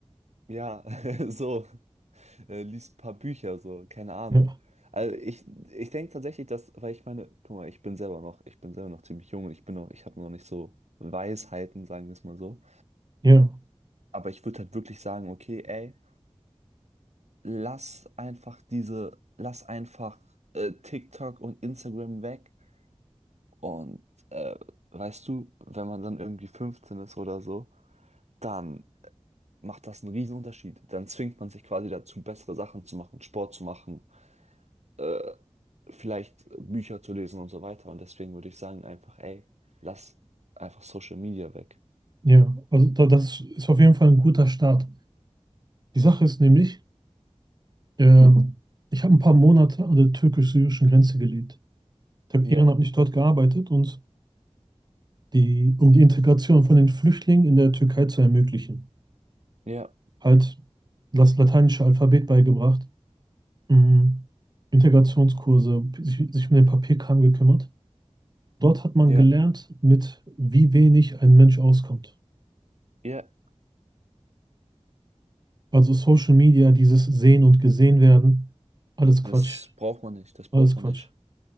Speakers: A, on the right (about 75°); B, on the right (about 40°).
A: ja, <laughs> so. äh, liest ein paar Bücher, so, keine Ahnung.
B: Ja,
A: Also ich, ich denke tatsächlich, dass, weil ich meine, guck mal, ich bin selber noch, ich bin selber noch ziemlich jung und ich bin noch, ich habe noch nicht so Weisheiten, sagen wir es mal so.
B: ja,
A: Aber ich würde halt wirklich sagen, okay, ey, lass einfach diese, lass einfach äh, TikTok und Instagram weg. Und äh, weißt du, wenn man dann irgendwie 15 ist oder so, dann macht das einen riesen Unterschied. Dann zwingt man sich quasi dazu, bessere Sachen zu machen, Sport zu machen, äh, vielleicht Bücher zu lesen und so weiter. Und deswegen würde ich sagen, einfach, ey, lass einfach Social Media weg.
B: ja. Also da, das ist auf jeden Fall ein guter Start. Die Sache ist nämlich, ähm, ich habe ein paar Monate an der türkisch-syrischen Grenze gelebt. Ich habe
A: Ja,
B: ehrenamtlich dort gearbeitet und die, um die Integration von den Flüchtlingen in der Türkei zu ermöglichen.
A: ja,
B: Halt das lateinische Alphabet beigebracht Mhm. Integrationskurse, sich, sich um den Papierkram gekümmert. Dort hat man
A: ja,
B: gelernt, mit wie wenig ein Mensch auskommt.
A: ja.
B: Also Social Media, dieses Sehen und Gesehen werden, alles
A: Das
B: Quatsch,
A: braucht man nicht, das braucht
B: alles
A: man
B: Quatsch.
A: nicht.